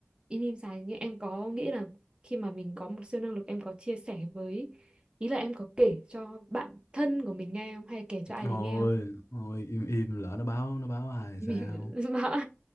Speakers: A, on the right (about 20°); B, on the left (about 80°).
A: im im xài nhưng em có nghĩ là khi mà mình có một siêu năng lực em có chia sẻ với ý là em có kể cho bạn thân của mình nghe không hay kể cho ai
B: thôi
A: đấy nghe không
B: thôi im im lỡ nó báo nó báo ai
A: <laughs> im
B: sao
A: im bảo